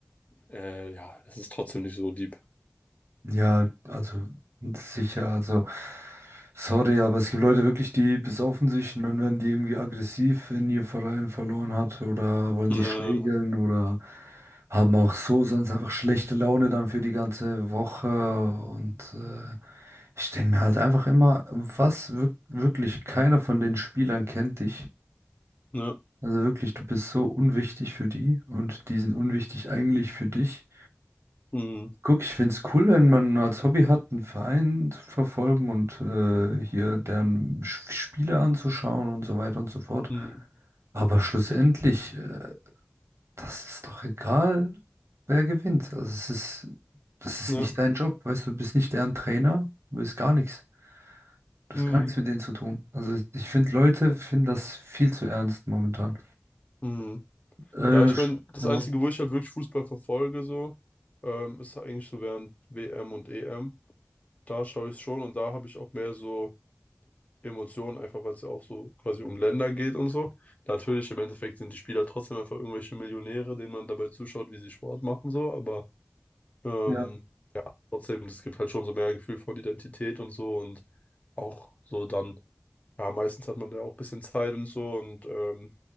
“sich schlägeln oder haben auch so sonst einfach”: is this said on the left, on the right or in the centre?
Right